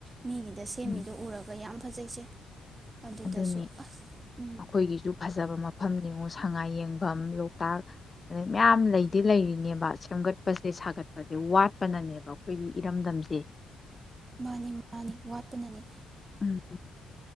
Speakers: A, on the right (about 30°); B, on the left (about 25°).
A: ꯃꯤꯒꯤꯗ ꯁꯦꯝꯃꯤꯗꯣ
B: ꯎꯝ
A: ꯎꯔꯒ ꯌꯥꯝ ꯐꯖꯩꯁꯦ꯫ ꯑꯗꯨꯗꯁꯨ
B: ꯑꯗꯨꯅꯤ
A: ꯑꯁ ꯎꯝ
B: ꯑꯈꯣꯏꯒꯤꯖꯨ ꯐꯖꯕ ꯃꯐꯝ ꯌꯦꯡꯉꯣ ꯁꯉꯥꯏ ꯌꯦꯡꯕꯝ ꯂꯣꯛꯇꯥꯛ ꯑꯗꯩ ꯃꯌꯥꯝ ꯂꯩꯗꯤ ꯂꯩꯔꯤꯅꯤꯕ ꯁꯦꯝꯒꯠꯄꯁꯦ ꯁꯥꯒꯠꯄꯁꯦ ꯋꯥꯠꯄꯅꯅꯦꯕ ꯑꯩꯈꯣꯏ ꯏꯔꯝꯗꯝꯁꯦ꯫
A: ꯃꯥꯅꯤ ꯃꯥꯅꯤ ꯋꯥꯠꯄꯅꯅꯤ
B: ꯎꯝ